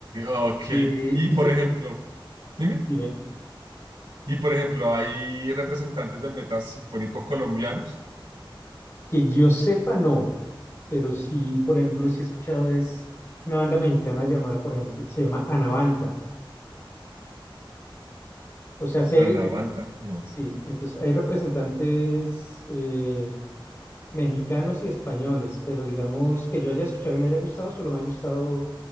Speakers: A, on the right; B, on the left.
A: Ok,
B: Y,
A: y
B: y
A: por
B: se-
A: ejemplo, dime.
B: dime,
A: Y por ejemplo, hay representantes del metal sinfónico colombianos,
B: que yo sepa, no, pero sí, por ejemplo, sí he escuchado es una banda mexicana llamada, por ejemplo, se llama Anavanta. O sea, sí, hay-
A: Anavanta, no.
B: sí, entonces hay representantes, eh, mexicanos y españoles, pero digamos que yo haya escuchado y me haya gustado, solo me ha gustado